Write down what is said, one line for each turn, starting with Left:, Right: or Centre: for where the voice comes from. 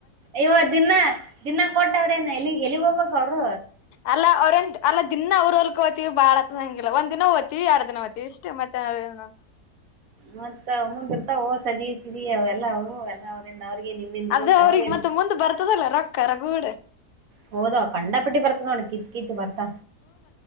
Right: ಇವ ದಿನ ದಿನಾ ಕೊಟ್ಟವ್ರೇನ ಎಲ್ಲಿಗ್ ಎಲ್ಲಿಗ್ ಹೋಗ್ಬೇಕ ಅವರು
Left: ಅಲ್ಲ ಅವ್ರ ಅಲ್ಲ ದಿನ ಅವ್ರ ಹೊಲ್ಕೋತೀವಿ ಬಾಳತ್ ಇಲ್ಲ ಒಂದ್ ದಿನ ಓ್ತೀವಿ ಎರಡ್ ದಿನ ಓ್ತೀವಿ ಇಷ್ಟೇ ಮತ್ತೆಡು
Right: ಮತ್ತ ಮುಂದಿರ್ತ ಹೋಸದ ಇಯ ಎಲ್ಲವು ಎಲ್ಲ ಅವ್ರಿಗೆ ನಿಮ್ಮಿಂದ ನಿಮಗ್
Left: ಅದ ಅವ್ರಿಗೆ
Right: ಹೌದಿಲ್ಲ
Left: ಮತ್ತೆ ಮುಂದ್ ಬರ್ತದಲ್ಲ ರೊಕ್ಕರ ಗೂಡೆ
Right: ಹಓದ ಕಂಡಾಪಟ್ಟಿ ಬರ್ತ ನೋಣ ಕಿತ್ ಕಿತ್ ಬರ್ತ